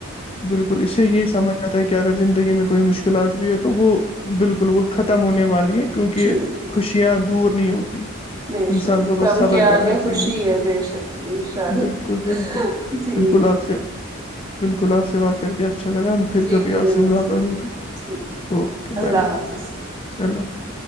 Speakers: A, on the left; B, on the right.
A: بالکل اسے یہ سمجھ ج ہے کہ اگر زندگی میں کوئی مشکلات بھی ہے تو وہ بالکل ب ختم ہونے والی ہے کیونکہ
B: ٹھیک
A: خوشیاں دور نہیں ہوتی
B: بے
A: انسان
B: شک
A: کو بس
B: غم
A: صبر
B: کے آگے
A: کرنا چاہیے
B: خوشی ہے بے شک انشاء اللہ
A: بالکل بالکل
B: جی
A: بالکل آپ سے بالکل آپ سے بات کر کے اچھا لگا پھر
B: جی
A: کبھی
B: مجھے
A: آپ سے
B: بھی
A: ملاقات
B: اچھا
A: ہوگی
B: ٹھیک
A: اوکے بائے
B: اللہ
A: بائے
B: حافظ
A: اللہ